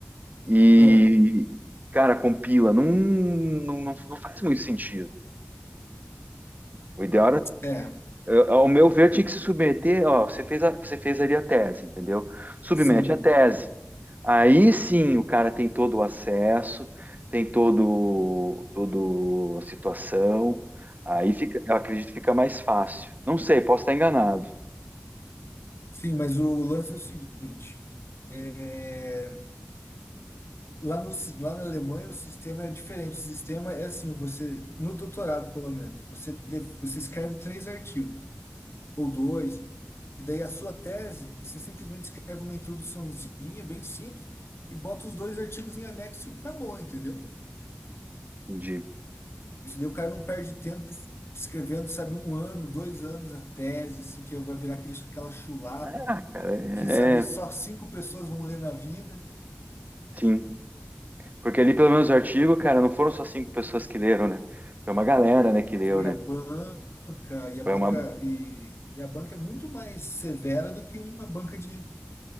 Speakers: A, on the right; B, on the left.
A: E,
B: ah,
A: cara, compila. Não, não, não, não faz muito sentido. O ideal era,
B: é, é.
A: eh, ao meu ver, tinha que se submeter. Ó, você fez, a- você fez ali a tese, entendeu? Submete
B: Sim.
A: a tese. Aí sim o cara tem todo o acesso, tem todo, todo a situação. Aí fica, eu acredito que fica mais fácil. Não sei, posso estar enganado.
B: Sim, mas o lance é o seguinte. é, lá, no, si- lá na Alemanha o sistema é diferente. O sistema é assim, você, no doutorado pelo menos, você, de- você escreve três artigos, ou dois, e daí a sua tese, você simplesmente escreve uma introduçãozinha bem simples e bota os dois artigos em anexo e acabou, entendeu?
A: Entendi.
B: Isso daí o cara não perde tempo f- escrevendo, sabe, um ano, dois anos a tese, assim, que vai virar aquele, aquela chulapa,
A: Ah, cara, é,
B: que, sabe, só
A: é,
B: cinco pessoas vão ler na vida.
A: sim. Porque ali, pelo menos, o artigo, cara, não foram só cinco pessoas que leram, né? Foi uma galera, né, que leu,
B: foi
A: né?
B: a banca e a
A: Foi
B: banca
A: uma.
B: e, e a banca é muito mais severa do que uma banca de,